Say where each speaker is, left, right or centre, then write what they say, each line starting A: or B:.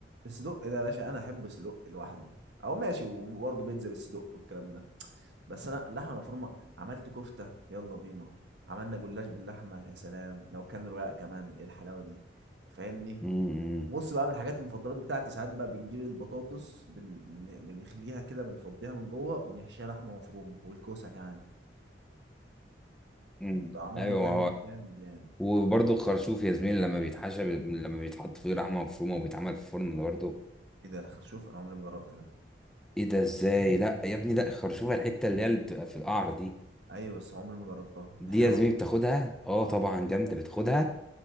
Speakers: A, on the right; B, in the centre.
A: الصدق ده يا باشا انا احب الصدق لوحده او ماشي وبرضه بيتزا بالصدق والكلام ده بس انا اللحمه المفرومه عملت كفته يلا بينا عملنا جلاش باللحمه يا سلام لو كان رقاق كمان ايه الحلاوه دي فاهمني
B: أمم.
A: بص بقى من الحاجات المفضلات بتاعتي ساعات بقى بنجيب البطاطس بن... بن... بنخليها كده بنفضيها من جوه ونحشيها لحمه مفرومه والكوسه كمان
B: أمم.
A: طعمهم
B: ايوه
A: جامد
B: ما
A: جامد يعني
B: هو وبرضه الخرشوف يا زميلي لما بيتحشى بي- لما بيتحط فيه لحمه مفرومه وبيتعمل في الفرن برضه
A: ايه ده الخرشوف انا عمري ما جربت ده
B: ايه ده ازاي لا يا ابني لا الخرشوفه الحته اللي هي اللي بتبقى في القعر دي
A: ايوه بس عمري ما جربتها
B: دي
A: ده حلوه
B: يا زميلي بتاخدها اه طبعا جامده بتاخدها